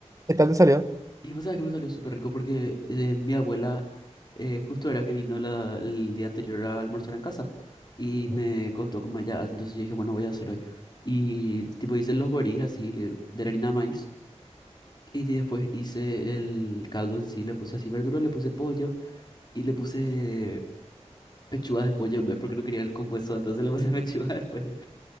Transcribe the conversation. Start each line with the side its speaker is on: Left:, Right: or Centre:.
Right: ¿Qué tal te salió?
Left: Y vos sabés que me salió súper rico porque eh, mi abuela eh, justo era que vino la- el día anterior a almorzar en casa y me
Right: Ujú.
Left: contó cómo ella hace. Entonces yo dije, bueno, voy a hacer hoy. Y tipo hice los borís así de, de la harina de maíz y después hice el caldo en sí, le puse así verduras, le puse pollo y le puse pechugas de pollo en vez porque no quería el con hueso, entonces le puse <laughs> pechuga de pollo.